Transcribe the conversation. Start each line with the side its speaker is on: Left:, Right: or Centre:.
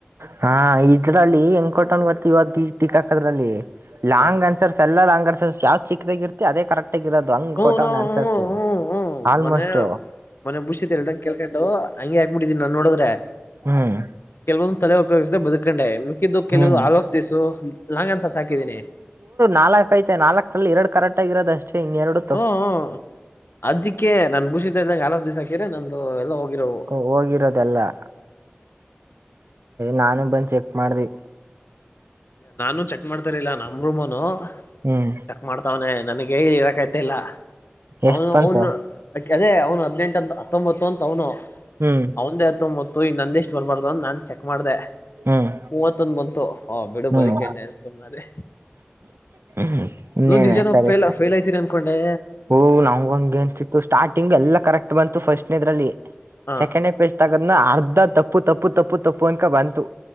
Right: ಹಾ ಇದ್ರಲ್ಲಿ ಹೆಂಗ್ ಕೊಟ್ಟವ್ನು ಗೊತ್ತಾ ಟಿಕ್ ಹಾಕೋದ್ರಲ್ಲಿ ಲಾಂಗ್
Left: ಹ
Right: ಅಂತ ಆನ್ಸರ್ಸ್ ಎಲ್ಲ ರಾಂಗ್ ಆನ್ಸರ್ಸ್ ಯಾವ್ ಚಿಕ್ಕದಾಗಿ ಇರ್ತಿ ಅದ ಕರೆಕ್ಟಗ ಇರೋದು ಹಂಗ
Left: ಹೂನು
Right: ಕೊಟ್ಟವ್ನೆ ಆನ್ಸರ್ಸ್
Left: ಹ್ಮ ಹ್ಮ
Right: ಆಲ್ಮೋಸ್ಟ್
Left: ಮೊನ್ನೆ ಮೊನ್ನೆ ಬೂಶಿತ್ ಹೇಳಿದಂಗ ಕೇಳ್ಕೊಂಡು ಹಂಗೆ ಹಾಗ್ಬಿಟ್ಟಿದೀನಿ ನಾನ್ ನೋಡಿದ್ರೆ
Right: ಹ್ಮ್
Left: ಕೆಲವೊಂದು ತಲೆ ಉಪಯೋಗಿಸದೇ ಬದುಕೊಂಡೆ ಮಿಕ್ಕಿದ್ದು ಕೆಲವಂದು
Right: ಹ್ಮ್
Left: ಆಲೋಫ್ ದಿಸು ಲಾಂಗ್ ಅನ್ಸಸ್ ಹಾಕಿದ್ದೀನಿ
Right: ನಾಲ್ಕಕ್ ಐತೆ ನಾಲ್ಕಲ್ಲಿ ಎರಡು ಕರೆಕ್ಟ್ ಆಗಿರೋದು ಅಷ್ಟೇ ಇನ್ನು ಎರಡು
Left: ಹ್ಮ್ ಹ್ ಅದ್ಕ್ಕೆ ನಾನ್ ಭೂಶಿತ್ ಹೇಳ್ದಂಗೆ ಆಲ್ ಆಫ್ ದಿಸ್ ಹಾಕಿದ್ರೆ ನಂದು ಎಲ್ಲ ಹೋಗಿರೋವು
Right: ಹೋಗಿರದು ಎಲ್ಲಾ ನಾನು ಬಂದ್ ಚೆಕ್ ಮಾಡ್ದೆ
Left: ನಾನು ಚೆಕ್ ಮಾಡ್ತಿರಲಿಲ್ಲ ನಮ್ ರೂಮೋನು
Right: ಹ್ಮ್
Left: ಚೆಕ್ ಮಾಡ್ತಾವನೆ ನನಗ ಇರಕ್ ಆಯ್ತಾ ಇಲ್ಲ ಅವನು
Right: ಎಷ್ಟ್ ಬಂತು
Left: ಅವನು ಅ ಅದೇ ಅವನು ಹದಿನೆಂಟು ಅಂತ ಹತ್ತೊಂಬತ್ತು ಅಂತ ಅವನು
Right: ಹ್ಮ್
Left: ಅವಂದೆ ಹತ್ತುಂಬತ್ತು ಇನ್ನು ನಂದ ಎಷ್ಟು ಬರ್ಬಾರ್ದು ನಾನ್ ಚೆಕ್ ಮಾಡ್ದೆ
Right: ಹ್ಮ್
Left: ಮೂವತ್ತೊಂದ ಬಂತು ಹ ಬಿಡು
Right: ಹ್ಮ್
Left: ಬದಿಕಂಡೆ ಅಂತ ಸುಮ್ನ್ ಅದೇ
Right: ಹ್ಮ್ ಇನ್ನೇನೆ
Left: ಲೋ ನಿಜಾನೂ
Right: ಸರಿ
Left: ನಾನ್ ಫೇಲ್ ಫೇಲ್ ಆಗ್ತೀನಿ ಅನ್ಕೊಂಡೆ
Right: ಓ ನಾವ್ ಹಂಗೆ ಅನ್ಸಿತ್ತು ಸ್ಟಾರ್ಟಿಂಗ್ ಎಲ್ಲ ಕರೆಕ್ಟ್ ಬಂತು ಫಸ್ಟ್ನ ಇದ್ರಲ್ಲಿ
Left: ಹ
Right: ಸೆಕೆಂಡೇ ಪ್ರಶ್ನೆ ತಗುದ್ನ ಅರ್ಧ ತಪ್ಪು ತಪ್ಪು ತಪ್ಪು ತಪ್ಪು ಅನ್ಕ ಬಂತು